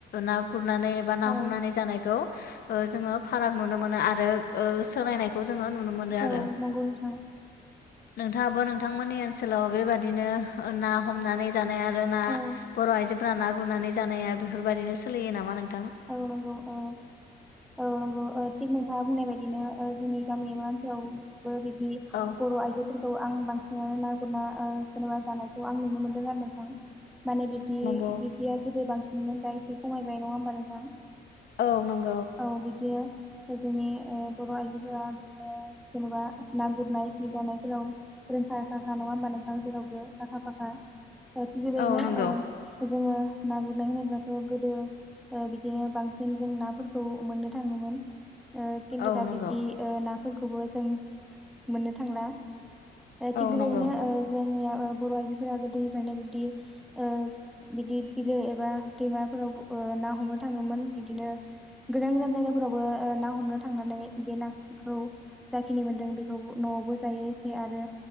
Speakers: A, on the left (about 65°); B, in the centre.
A: ना गुरनानै एबा ना
B: औ
A: हमनानै जानायखौ ओ जोङो फाराग नुनो मोनो आरो ओ सोलायनायखौ जोङो नुनो मोनो आरो।
B: औ नंगौ नोंथां
A: नोंथाङाबो नोंथांमोननि ओनसोलाव बेबादिनो ना हमनानै जानाया आरो ना
B: औ
A: बर' आइजोफोरा ना गुरनानै जानाया बेफोरबायदिनो सोलियो नामा नों
B: औ नंगौ ओ औ नंगौ थिग नोंथाङा बुंनाय बाय बिदिनो ओ जोंनि गामि एबा ओनसोलावबो बिदि
A: औ
B: बर' आइजोफोर खौ आं बांसिनानो ना गुरना ओ जेनेबा जानायखौ आं नुनो मोनदों आरो नोंथां माने बिब्दि
A: औ
B: बिब्दिया गोदो बांसिनमोन दा एसे खमायबाय नङा होमबा नोंथां!
A: औ नंगौ
B: औ बिदिया जोंनि ओ बर' आइजोफोरा बिदिनो जेनेबा ना गुरनाय हि दानायफोराव रोंखा राखाखा नङा होमबा नोंथां। जेरावबो आखा फाखा थिग बेबायदिनो
A: औ नंगौ
B: ओ जोङो ना गुरनाय होनोब्लाथ गोदो ओ बिदिनो बांसिन जों नाफोर खौ मोननो थाङोमोन ओ खिन्थु
A: औ
B: दा
A: नंगौ
B: बिब्दि ओ नाफोरखौ खौबो जों मोननो थांला
A: औ
B: थिग बेबायदिनो
A: नंगौ
B: ओ जोंनिया ओ बर' आइजोफोरा गोदोनिफ्रायनो बिदि ओ बिदि बिलो एबा दैमाफोराव ओ हमनो थाङोमोन बिदिनो गोजान गोजान जायगा फोरावबो ना हमनो थांनानै बे नाखौ जाखिनि मोनदों बेखौ न'आवबो जायो एसे आरो